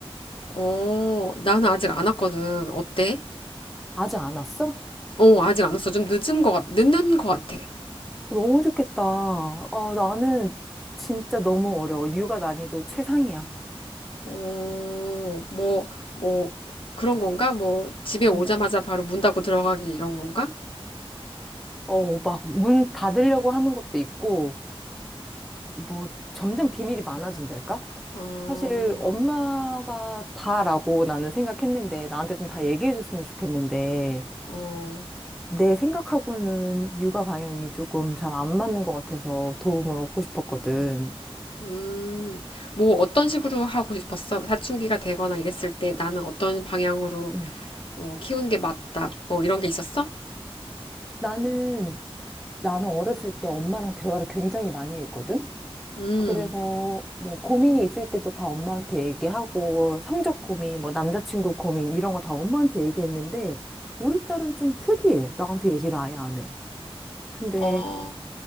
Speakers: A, on the left; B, in the centre.
A: 어, 나는 아직 안 왔거든. 어때?
B: 아직 안 왔어?
A: 어, 아직 안 왔어. 좀 늦은 것 같, 늦는 것 같아.
B: 너무 좋겠다. 아, 나는 진짜 너무 어려워. 육아 난이도 최상이야.
A: 어, 뭐, 뭐, 그런 건가? 뭐, 집에 오자마자
B: 응.
A: 바로 문 닫고 들어가기 이런 건가?
B: 어, 막 문 닫으려고 하는 것도 있고, 뭐 점점 비밀이 많아진달까?
A: 어,
B: 사실 엄마가 다라고 나는 생각했는데, 나한테 좀 다 얘기해줬으면 좋겠는데,
A: 어,
B: 내 생각하고는 육아 방향이 조금 잘 안 맞는 것 같아서 도움을 얻고 싶었거든.
A: 음, 뭐, 어떤 식으로 하고 싶었어? 사춘기가 되거나 이랬을 때 나는 어떤 방향으로
B: 음.
A: 뭐 키우는 게 맞다. 뭐 이런 게 있었어?
B: 나는, 나는 어렸을 때 엄마랑 대화를 굉장히 많이 했거든?
A: 음,
B: 그래서 뭐 고민이 있을 때도 다 엄마한테 얘기하고 성적 고민, 뭐 남자친구 고민 이런 거 다 엄마한테 얘기했는데 우리 딸은 좀 특이해. 나한테 얘기를 아예 안 해. 근데
A: 어,